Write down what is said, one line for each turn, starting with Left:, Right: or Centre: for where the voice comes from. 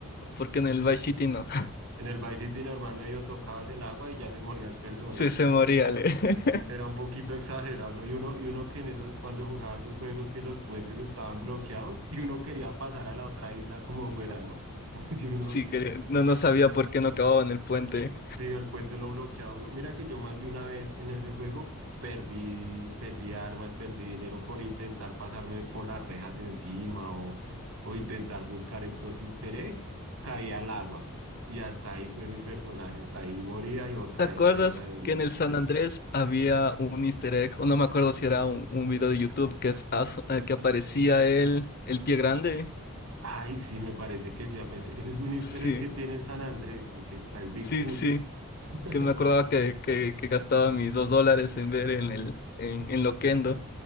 Left: Porque en el Vice City no.
Right: En el Vice City normal medio tocabas el agua y ya se moría el personaje.
Left: Sí, se moría, Ale. <laughs>
Right: Era un poquito exagerado, ¿no? Y uno, y uno que en esos, cuando jugaba esos juegos que los puentes estaban bloqueados y uno quería pasar a la otra isla como fuera, ¿no? <laughs> Y uno
Left: Sí, cre- no, no sabía por qué no acababa en el puente.
Right: Sí, el puente lo bloqueaba uno. Mira que yo más de una vez en ese juego perdí, perdí armas, perdí dinero por intentar pasarme por las rejas encima o, o intentar buscar estos easter eggs, caí al agua. Y hasta ahí fue mi personaje, hasta ahí moría y otra
Left: ¿Te acuerdas
Right: vez pierda dinero.
Left: que en el San Andrés había un easter egg? O no me acuerdo si era un, un video de YouTube que, es, as- eh, que aparecía el, el pie grande.
Right: Ay, sí, me parece que sí. ah, pues, ese es un easter
Left: Sí,
Right: egg que tiene el San Andrés y que está el Bigfoot.
Left: sí, sí.
Right: <laughs>
Left: Que me acordaba que, que, que gastaba mis dos dólares en ver en el en, en Loquendo